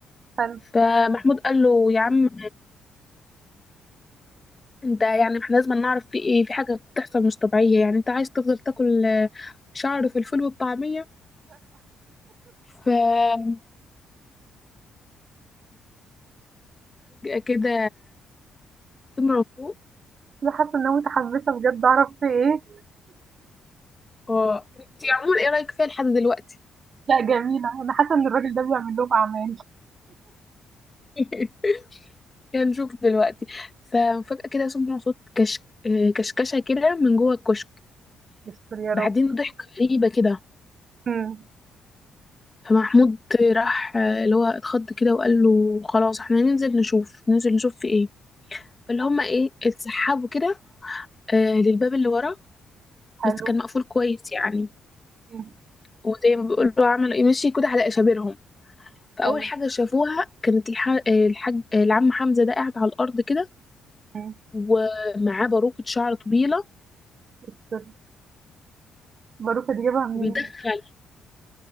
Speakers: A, on the right; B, on the left.
A: حلو.
B: فمحمود قال له يا عم انت يعني احنا لازم نعرف في ايه في حاجة بتحصل مش طبيعية يعني انت عايز تفضل تاكل آه، شعر في الفول والطعمية ففجأة كده سمع صوت
A: أنا حاسة إن أنا متحمسة بجد أعرف في إيه.
B: اه انت عموما ايه رأيك فيها لحد دلوقتي
A: لأ جميلة، أنا حاسة إن الراجل ده بيعمل لهم أعمال.
B: <laughs> يعني نشوف دلوقتي ففجأة كده سمع صوت كش... آه، كشكشة كده من جوه الكشك
A: يستر يا
B: بعدين
A: رب.
B: ضحكة غريبة كده
A: إمم،
B: فمحمود راح آه، اللي هو اتخض كده وقال له خلاص احنا ننزل نشوف ننزل نشوف في ايه فاللي هما ايه اتسحبوا كده آه، للباب اللي ورا
A: حلو،
B: بس كان مقفول كويس يعني
A: إمم،
B: وزي ما بيقولوا عملوا ايه مشي كده على اشابرهم فاول
A: حلو،
B: حاجه شافوها كانت الح... الحاج العم حمزه ده قاعد على الارض كده
A: إمم،
B: ومعاه باروكه شعر طويله
A: يستر. باروكة دي جايبها منين؟
B: وبيدخل